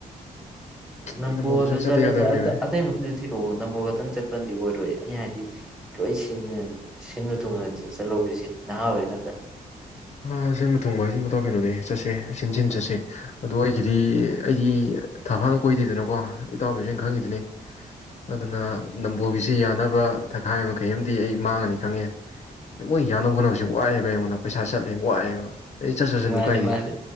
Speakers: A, in the centre; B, on the left.
A: ꯅꯝꯕꯣꯜꯗ
B: ꯑꯩ ꯅꯝꯕꯣꯜꯗꯣ ꯆꯠꯇ
A: ꯆꯠꯂꯁꯦ
B: ꯌꯥꯗꯕꯅꯦꯃꯤ
A: ꯑꯇꯩꯕꯝꯗꯨ ꯊꯤꯔꯛꯑꯣ ꯅꯝꯕꯣꯜ ꯈꯛꯇꯪ ꯆꯠꯄꯗꯤ ꯑꯣꯏꯔꯣꯏꯑ ꯑ ꯍꯥꯏꯗꯤ ꯂꯣꯏ ꯁꯤꯟꯕ ꯊꯨꯡꯉꯒ ꯆꯜꯍꯧꯒꯦ ꯁꯤꯅꯤ ꯅꯍꯥ ꯑꯣꯏꯋꯦ ꯗ
B: ꯁꯤꯟꯕ ꯊꯨꯡꯕ ꯍꯥꯏꯁꯤ ꯃꯇꯥꯎ ꯀꯩꯅꯣꯅꯦ ꯆꯠꯁꯦ ꯆꯟꯁꯤꯟ ꯆꯠꯁꯦ ꯑꯗꯣ ꯑꯩꯒꯤꯗꯤ ꯑꯩꯒꯤ ꯊꯐꯥꯅ ꯀꯣꯏꯗꯦꯗꯅꯀꯣ ꯏꯇꯥꯎ ꯂꯨꯁꯤꯦꯟ ꯈꯪꯉꯤꯗꯨꯅꯤ ꯑꯗꯨꯅ ꯅꯝꯕꯣꯜꯒꯤꯁꯤ ꯌꯥꯅꯕ ꯊꯛꯈꯥꯏ ꯑꯃ ꯀꯩꯦꯝꯗꯤ ꯑꯩ ꯃꯥꯡꯉꯅꯤ ꯈꯪꯉꯦ ꯃꯣꯏ ꯌꯥꯅꯕ ꯍꯣꯠꯅꯕꯁꯤ ꯋꯥꯏꯑ ꯄꯩꯁꯥ ꯆꯠꯂꯤꯕ ꯋꯥꯏꯑꯦꯕ ꯑꯩ ꯆꯠ ꯆꯠꯁꯠꯅꯨ
A: ꯃꯥꯅꯦ
B: ꯀꯥꯏꯗꯦ
A: ꯃꯥꯅꯦ